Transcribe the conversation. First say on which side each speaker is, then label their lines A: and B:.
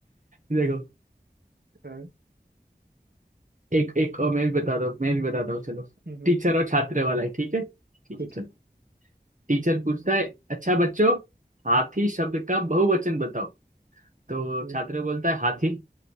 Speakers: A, on the right (about 50°); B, on the right (about 70°).
A: देखो
B: हाँ,
A: एक एक और मैं भी बताता हूँ मैं भी बताता हूँ चलो
B: हम्म,
A: टीचर और छात्र वाला है ठीक है ठीक
B: ठीक
A: है चलो
B: है
A: टीचर पूछता है अच्छा बच्चों हाथी शब्द का बहुवचन बताओ तो
B: हम्म।
A: छात्र बोलता है हाथी